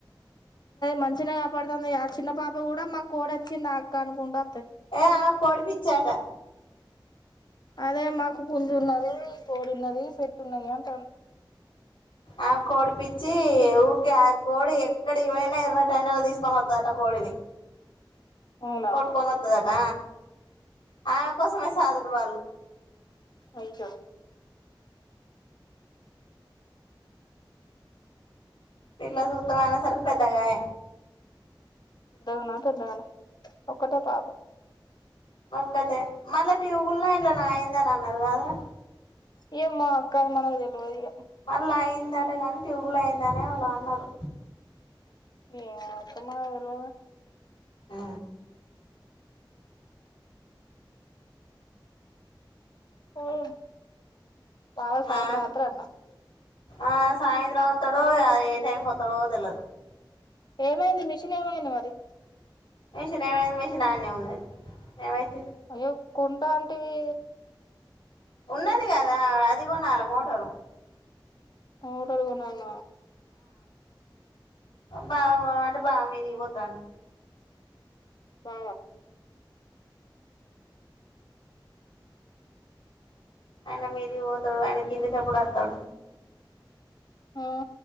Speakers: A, on the left; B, on the left.
A: మంచిన కాపాడుతుంది ఆ చిన్న పాప కూడా మా కోడి వచ్చింద అక్క అనుకుంటా
B: ఏ కోడిపిచ్చాట
A: అదే మాకు పుంజు ఉన్నది కోడున్నది పెట్ట ఉన్నది అంటా
B: ఆ కోడి పిచ్చి ఊక కోడి ఇక్కడ ఇవైనా ఎర్ర టెండర్లు తీసుకొని వస్తారట కోడిని
A: అవునా
B: కొట్టుకొని వస్తుదట ఆమె కోసమే సాధడు వాళ్ళు
A: అయ్యో
B: పిల్ల సూత్రం అయినా సరికి పెద్దగాయ
A: ఉనా పెద్ద కానా ఒక్కటే పాబు
B: ఒక్కతే మళ్ళా ట్యూబుల్ల్లో ఇంట్లో నా అయిందని అన్నారు కాదురా
A: ఇయ మా అక్క మనకి తెల్వదు ఇగ
B: మళ్ళ అయిందటగాని ట్యూబ్లో అయిందనే వాళ్ళు అన్నారు
A: ఏ మత్తమా ఎల
B: ఆ
A: పోఓ బావ సాయంత్రం
B: ఆ
A: వస్తాడంట
B: ఆ సాయంత్రం వస్తాడో ఏ టైంకి వస్తాడో తెలిదు
A: ఏమైంది మిషన్ ఏమైంది మరి
B: మెషన్ ఏం అయింది మెషన్న్నే ఉన్నది ఏం అయితది
A: అయ్యో కొంత ఆంటీవి
B: ఉన్నది కదా ఆడుకోండి ఆడ మోటారు
A: మోటర్ కోణాల
B: బాగునుకో అంటే బాగా మీది ఇ పోద్ తను
A: వా
B: ఆయన మీరిగి పోతాడు ఆయన కిందికిప్పుడు వస్తాడు
A: ఆ